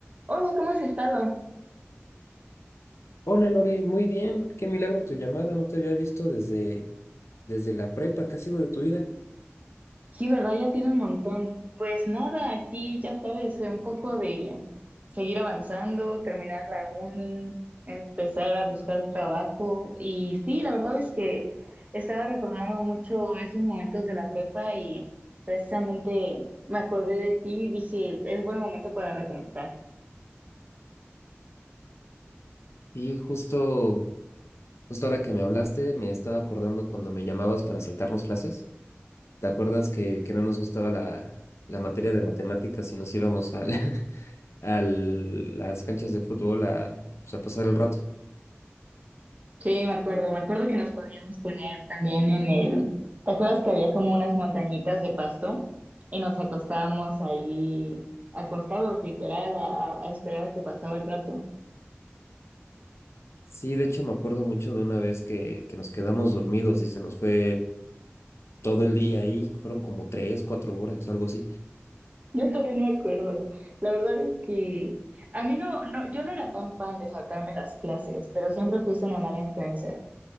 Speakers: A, on the right; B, on the left.
A: Hola, ¿cómo has estado?
B: Hola Lore, muy bien, qué milagro tu llamada, no te había visto desde, desde la prepa, ¿qué ha sido de tu vida?
A: Sí, ¿verdad? Ya tiene un montón. Pues nada, aquí ya sabes, eh, un poco de seguir avanzando, terminar la uni, empezar a buscar trabajo. Y sí, la verdad es que estaba recordando mucho esos momentos de la prepa y precisamente me acordé de ti y dije, es buen momento para reconectar.
B: Sí, justo, justo ahora que me hablaste, me estaba acordando cuando me llamabas para saltarnos clases. ¿Te acuerdas que, que no nos gustaba la, la materia de matemáticas y nos íbamos a, la- <laughs> a las canchas de fútbol a, pues, a pasar el rato?
A: Sí, me acuerdo, me acuerdo que nos podíamos poner también en el... ¿Te acuerdas que había como unas montañitas de pasto y nos acostábamos ahí, acostados literal, a, a- a esperar a que pasaba el rato?
B: Sí, de hecho me acuerdo mucho de una vez que, que nos quedamos dormidos y se nos fue todo el día ahí, fueron como tres, cuatro horas, algo así.
A: Yo también me acuerdo. La verdad es que a mí no, no, yo no era tan fan de saltarme las clases, pero siempre fuiste una mala influencia.